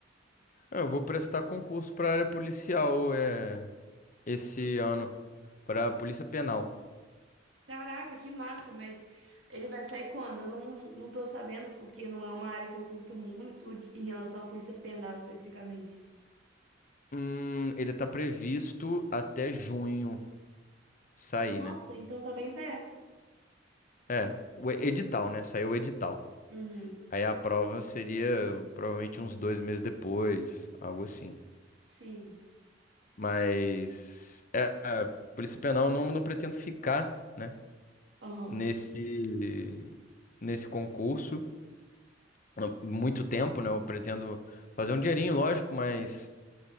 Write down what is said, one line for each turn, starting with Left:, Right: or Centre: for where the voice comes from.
Left: Ah, Eu vou prestar concurso para área policial é esse ano para a Polícia Penal.
Right: Caraca, que massa, mas ele vai sair quando? Eu não, não tô sabendo, porque não é uma área que eu curto muito de- em relação à polícia penal especificamente.
Left: Hum, ele tá previsto até junho sair,
Right: Nossa,
Left: né?
Right: então tá bem perto.
Left: É, o e- edital, né? Saiu o edital.
Right: Uhum,
Left: Aí a prova seria provavelmente uns dois meses depois, algo assim.
Right: sim.
Left: Mas é, a Polícia Penal eu não, não pretendo ficar, né,
Right: Aham,
Left: nesse nesse concurso não, muito tempo, né? Eu pretendo fazer um dinheirinho, lógico, mas